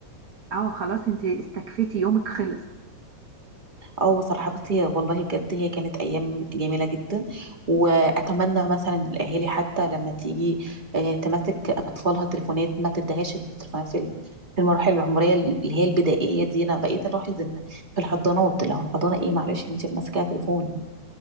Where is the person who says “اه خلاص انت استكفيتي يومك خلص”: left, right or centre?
Right